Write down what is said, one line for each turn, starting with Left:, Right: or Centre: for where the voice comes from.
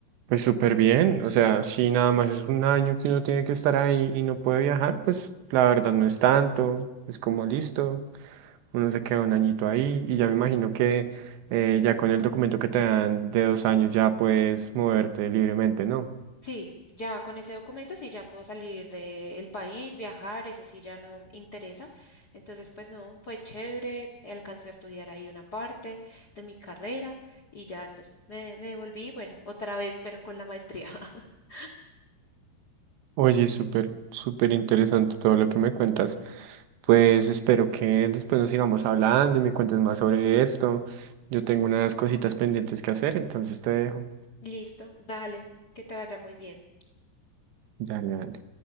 Right: pues súper bien. O sea, si nada más es un año que uno tiene que estar ahí y no puede viajar, pues la verdad no es tanto, es como listo, uno se queda un añito ahí y ya me imagino que eh, ya con el documento que te dan de dos años ya puedes moverte libremente, ¿no?
Left: Sí, ya con ese documento sí ya puedo salir del país, viajar, eso sí ya no interesa. Entonces, pues no, fue chévere, alcancé a estudiar ahí una parte de mi carrera y ya después me, me devolví, bueno, otra vez, pero con la maestría. <laughs>
Right: Oye, súper, súper interesante todo lo que me cuentas. Pues
Left: Sí.
Right: espero que después nos sigamos hablando y me cuentes más sobre esto. Yo tengo unas cositas pendientes que hacer, entonces te dejo.
Left: Listo, dale, que te vaya muy bien.
Right: Dale, dale.